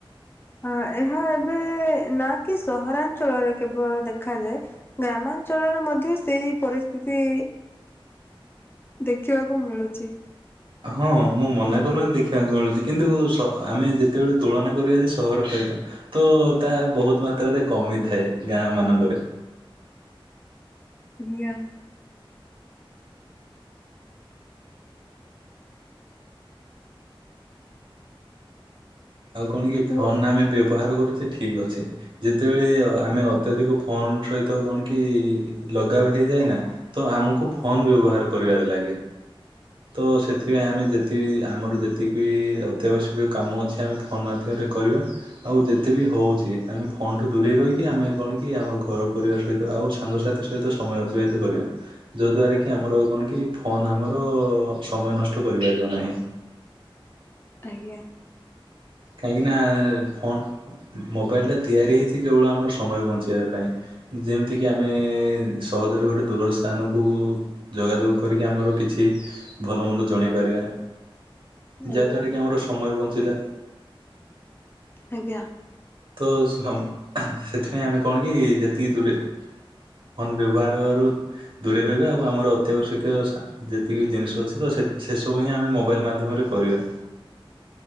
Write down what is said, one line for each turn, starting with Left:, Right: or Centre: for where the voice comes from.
Left: ଅ ଏହା ଏବେ ନା କି ସହରାଞ୍ଚଳରେ କେବଳ ଦେଖାଯାଏ ଗ୍ରାମାଞ୍ଚଳରେ ମଧ୍ୟ ସେଇ ପରିସ୍ଥିତି ଦେଖିବାକୁ ମିଳୁଚି।
Right: ହଁ ମୁଁ ମନା କରୁନି ଦେଖି ଦେଖିବାକୁ ମିଳୁଚି। କିନ୍ତୁ ଆମେ ଯେତେବେଳେ ତୁଳନା କରିବା ଯେ ସହର ସହିତ ତ ତା ବହୁତ ମାତ୍ରାରେ କମିଥାଏ ଗାଁ ମାନଙ୍କରେ।
Left: <unintelligible>
Right: ଆଉ କଣ କି
Left: ଫୋ
Right: ଫୋନ ଆମେ ବ୍ୟବହାର କରୁଚେ ଠିକ୍ ଅଛି। ଯେତେବେଳେ ଆମେ ଅତ୍ୟଧିକ ଫୋନ ସହିତ କଣ କି ଲଗାବ ହେଇଯାଏନା ତ ଆମକୁ ଫୋନ ବ୍ୟବହାର କରିବାରେ ଲାଗେ। ତ ସେଥିପାଇଁ ଆମେ ଯେତିକି ଆମର ଯେତିକି ବି ଅତ୍ୟାବଶ୍ୟକୀୟ କାମ ଅଛି ଆମେ ଫୋନ୍ ମାଧ୍ୟମରେ କରିବା। ଆଉ ଯେତେ ବି ହଉଚି ଆମେ ଫୋନ୍ ଠୁ ଦୂରେଇ ରହିକି ଆମେ କଣ କି ଆମର ଘର ପରିବାର ସହିତ ଆଉ ସାଙ୍ଗସାଥି ସହିତ ସମୟ ଅତିବାହିତ କରିବା। ଯଦ୍ଵାରା କିି ଆମର କଣ କି ଫୋନ୍ ଆମର ତ ସମୟ ନଷ୍ଟ କରିପାରିବ ନାହିଁ
Left: ଆଜ୍ଞା।
Right: କାହିଁକିନା ଫୋନ୍ ଉମ୍ ମୋବାଇଲଟା ତିଆରି ହେଇଚି କେବଳ ଆମର ସମୟ ବଞ୍ଚେଇବା ପାଇଁ। ଯେମତିକି ଆମେ ସହଜରେ ଗୋଟେ ଦୂର ସ୍ଥାନକୁ ଯୋଗାଯୋଗ କରିକି ଆମର କିଛି ଭଲ ମନ୍ଦ ଜଣେଇ ପାରିବା। ଯାହାଦ୍ଵାରା
Left: ଆଜ୍ଞା
Right: କି ଆମର ସମୟ ବଞ୍ଚିଲା।
Left: ଆଜ୍ଞା।
Right: ତ ସମ୍ ଆ ସେଥିପାଇଁ ଆମେ କଣ କି ଯେତିକି ଦୂରରେ ଫୋନ ବ୍ୟବହାରରୁ ଦୂରେଇ ରହିବା ଆଉ ଆମର ଅତ୍ୟାବଶ୍ୟକିୟ ସା ଯେତିକି ଜିନିଷ ଅଛି ତ ସେ ସେସବୁ ହିଁ ଆମେ ମୋବାଇଲ୍ ମାଧ୍ୟମରେ କରିବା।